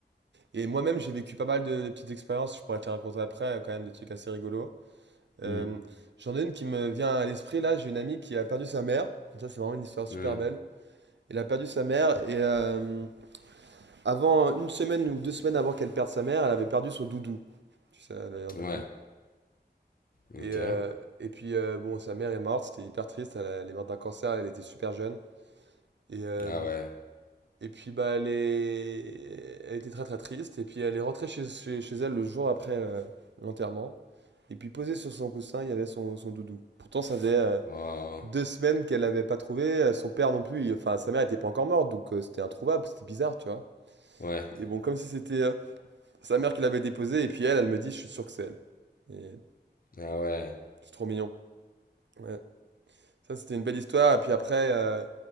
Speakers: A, on the right; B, on the left.
A: Et moi-même, j'ai vécu pas mal de, de petites expériences, je pourrais te les raconter après, euh, quand même des trucs assez rigolos. Euh,
B: Hmm.
A: j'en ai une qui me vient à l'esprit, là, j'ai une amie qui a perdu sa mère, ça c'est vraiment une histoire super
B: Hmm.
A: belle. Elle a perdu sa mère et euh, avant, une semaine ou deux semaines avant qu'elle perde sa mère, elle avait perdu son doudou. Tu sais, elle avait un doudou.
B: ouais ok
A: Et, euh, et puis, euh, bon, sa mère est morte, c'était hyper triste, elle, a- elle est morte d'un cancer, elle était super jeune. Et, euh,
B: ah ouais
A: et puis, bah, elle est... elle était très très triste. Et puis, elle est rentrée chez, chez, chez elle le jour après euh, l'enterrement. Et puis posé sur son coussin, il y avait son, son doudou. Pourtant, ça faisait euh,
B: Oh.
A: deux semaines qu'elle l'avait pas trouvé, euh, son père non plus, il- enfin sa mère était pas encore morte, donc euh, c'était introuvable, c'était bizarre, tu vois.
B: ouais
A: Et bon, comme si c'était euh, sa mère qui l'avait déposé, et puis elle, elle me dit, je suis sûr que c'est elle. Et
B: ah ouais
A: c'est trop mignon. Ouais. Ça, c'était une belle histoire, et puis après, euh,